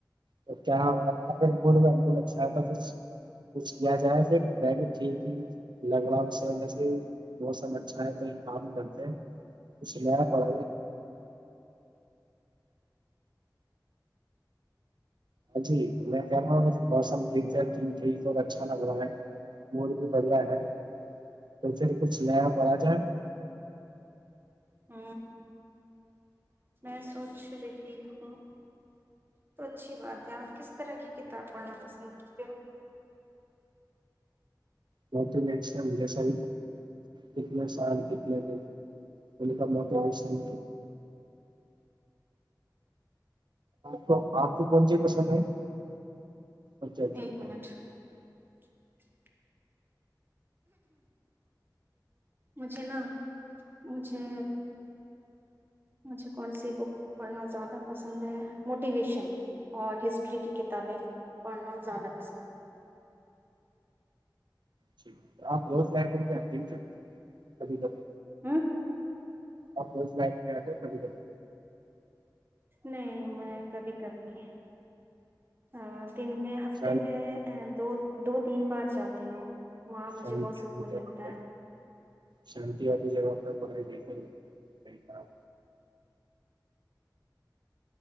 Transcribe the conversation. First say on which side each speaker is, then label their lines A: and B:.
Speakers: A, on the right (about 80°); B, on the right (about 30°).
A: تو کیا ہو پھر مڈ میں مڈ اچھاتا پھر کچھ کیا جائے پھر میں بھی ٹھیک ہی مام جسے ب سب اچھا ہے تو کام کرتے چنان پ ہاں جی میں کہہ رہا ہوں موسم ٹھیک ہے ت ٹھیک اور اچھا لگ رہا ہے موڈ بھی بڑھیا ہے تو پھر کچھ لیا پ آ جائے
B: ہ میں سوچ رہی ہوں تو اچھی بات ہے آپ کس طرح کی کتاب پڑھنا پسند کرتے ہو
A: موٹشن جی سب کتنے س کنے تھ کا موٹ ویشن کو آپ کوو کون سے پسند ہے اچھا اچھا
B: ایک
A: اچ
B: منٹ <inaudible> مجھے نا مجھے مجھے کون سی بک پڑھنا زیادہ پسند ہے موٹیویشن اور ہسٹری کی کتابیں پڑھنا زیادہ پسند
A: چھیک ہے تو آپ اور فلائٹ کل گ ھ کبھی کبھی
B: ہوں
A: آپ روز ل گیا تھ کبھی کبھی
B: نہیں میں کبھی کبھی ا دن میں ہفتے
A: شان
B: میں دو دو <unintelligible> تین بار جاتی ہوں وہاں مجھے
A: ش وال
B: بہت سکون
A: جہ
B: ملتا ہے
A: شان والی جگہ پر بکائی دی سی صحی کا <unintelligible>